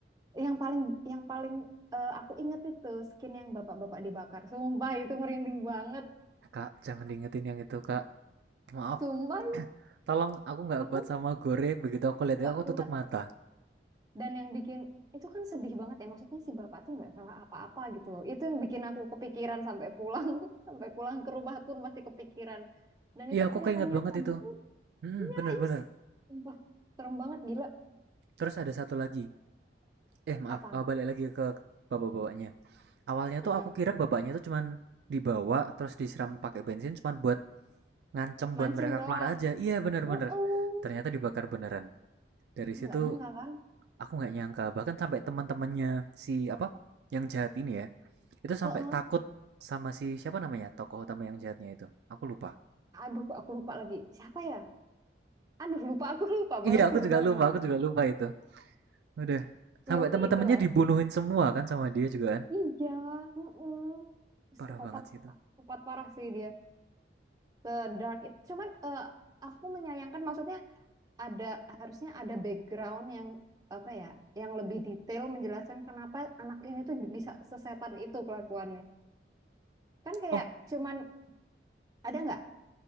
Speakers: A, on the right; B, on the right.
A: yang paling yang paling eh, aku inget itu skin yang bapak-bapak dibakar. Sumpah itu merinding banget.
B: Kak jangan diingetin yang itu Kak Maaf
A: Sumpah
B: tolong aku nggak
A: aku
B: kuat sama gore Begitu aku lihat
A: nggak
B: itu, aku
A: kuat
B: tutup mata
A: Dan yang bikin itu kan sedih banget ya. Maksudnya si bapak tuh nggak salah apa-apa gitu loh. Itu yang bikin aku kepikiran sampai pulang, <laughs> sampai pulang ke rumah pun masih kepikiran. Dan
B: Iya
A: itu
B: aku
A: kelihatan
B: keinget
A: nyata
B: banget itu
A: banget,
B: Hmm
A: guys.
B: bener-bener
A: wah serem banget gila.
B: Terus ada satu lagi Eh maaf
A: Apa?
B: eh, balik lagi ke bapak-bapaknya Awalnya
A: Heeh.
B: tuh aku kira bapaknya tuh cuman dibawa Terus disiram pakai bensin cuman buat ngancem
A: Mancing
B: buat mereka
A: doang.
B: keluar aja Iya bener-bener
A: Uh-uh.
B: Ternyata dibakar beneran Dari situ
A: Nggak nyangka kan?
B: Aku nggak nyangka bahkan sampai teman-temannya si apa yang jahat ini ya itu sampai
A: Uh-uh.
B: takut sama si siapa namanya tokoh utama yang jahatnya itu. Aku lupa.
A: Aduh, aku lupa lagi. Siapa ya? Aduh, lupa aku <laughs> lupa
B: Iya
A: banget
B: aku
A: sumpah
B: juga lupa
A: nama.
B: aku juga lupa itu. Udah sampai
A: Iya sih
B: teman-temannya
A: itulah.
B: dibunuhin semua kan sama dia juga kan.
A: Iya, heeh. Psikopat,
B: Parah banget sih itu.
A: psikopat parah sih dia. Sedark itu cuman eh, aku menyayangkan maksudnya ada harusnya ada background yang apa ya yang lebih detail menjelaskan kenapa anak ini tuh bisa sesetan itu kelakuannya kan kayak
B: Oh
A: cuman ada nggak